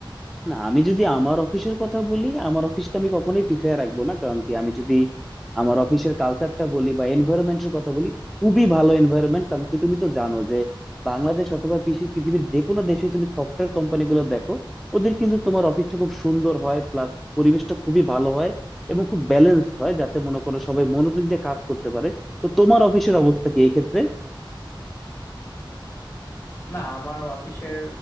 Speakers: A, in the centre; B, on the left.
A: না আমি যদি আমার অফিসের কথা বলি আমার অফিসকে আমি কখনোই পিছিয়ে রাখবো না কারণ কি আমি যদি আমার অফিসের কালচারটা বলি বা এনভায়রনমেন্টের কথা বলি খুবই ভালো এনভায়রনমেন্ট কারণ কি তুমি তো জানো যে বাংলাদেশ অথবা পিসি- পৃথিবীর যে কোনো দেশে তুমি সফটওয়্যার কোম্পানি গুলো দেখো ওদের কিন্তু তোমার অফিসটা খুব সুন্দর হয় প্লাস পরিবেশটা খুবই ভালো হয় এবং খুব ব্যালেন্সড হয় যাতে মনে করো সবাই মনোযোগ দিয়ে কাজ করতে পারে তো তোমার অফিসের অবস্থা কি এই ক্ষেত্রে
B: না, আমার অফিসের